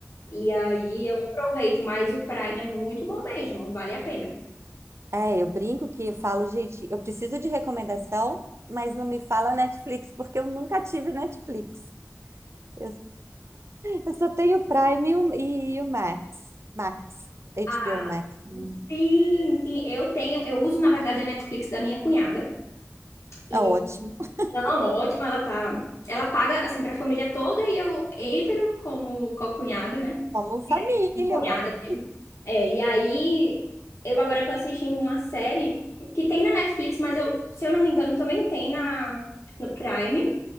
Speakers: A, on the left; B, on the right.
A: E aí eu aproveito, mas o Prime é muito bom mesmo, vale a pena.
B: É, eu brinco que eu falo, gente, eu preciso de recomendação, mas não me fala Netflix, porque eu nunca tive Netflix. Eu, eu só tenho o Prime e o, e o Max. Max, HBO
A: Ah,
B: Max. Hum,
A: sim, sim, eu tenho, eu uso na verdade a Netflix da minha cunhada. E
B: É ótimo. <laughs>
A: não, ótimo, ela tá, ela paga assim pra família toda e eu entro como co-cunhada, né?
B: Como família,
A: Cunhada
B: uai.
A: mesmo. É, e aí eu agora tô assistindo uma série que tem na Netflix, mas eu, se eu não me engano, também tem na no Prime,